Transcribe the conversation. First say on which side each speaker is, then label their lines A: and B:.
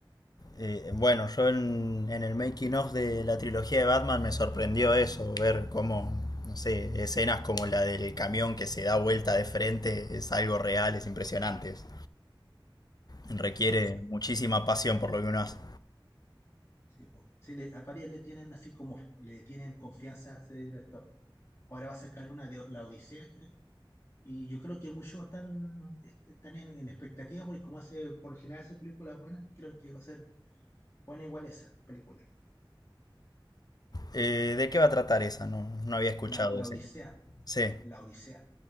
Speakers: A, on the left; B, on the left.
A: eh, bueno, yo en, en el making of de la trilogía de Batman me sorprendió eso, ver cómo, no sé, escenas como la del camión que se da vuelta de frente es algo real, es impresionante. es- requiere
B: sí,
A: muchísima pasión por lo que uno hace.
B: sí, po. Sí, le- a varias le tienen así como, le tienen confianza a ese director. Ahora va a sacar una de La Odisea, creo. Y yo creo que muchos están, est- están en, en expectativa porque como hace, por lo general hace películas buenas, creo que va a ser buena igual esa película.
A: Eh, ¿de qué va a tratar esa? No, no había escuchado
B: La, La
A: ese.
B: Odisea,
A: Sí,
B: La Odisea.